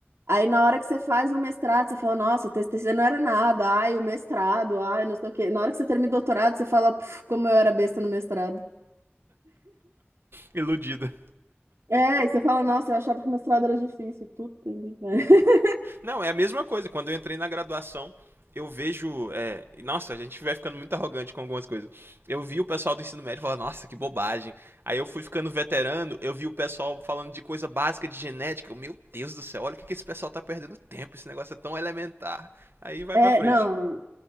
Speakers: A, on the right; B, on the right.
A: Aí, na hora que você faz um mestrado, você fala, nossa, o TCC não era nada, ai, o mestrado, ai, não sei o quê. Na hora que você termina o doutorado, você fala, "Puf, como eu era besta no mestrado.
B: Iludida.
A: É, e você fala, nossa, eu achava que o mestrado era difícil. Puta que pariu. <laughs>
B: Não, é a mesma coisa. Quando eu entrei na graduação, eu vejo. É... Nossa, a gente vai ficando muito arrogante com algumas coisas. Eu vi o pessoal do ensino médio falar, nossa, que bobagem. Aí eu fui ficando veterano, eu vi o pessoal falando de coisa básica de genética. Eu, Meu Deus do céu, olha o que, que esse pessoal tá perdendo tempo. Esse negócio é tão elementar. Aí vai
A: É,
B: pra frente.
A: não,